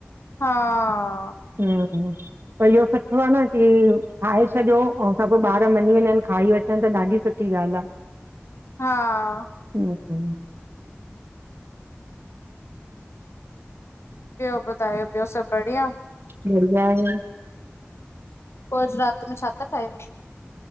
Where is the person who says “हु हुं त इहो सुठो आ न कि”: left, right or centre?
Right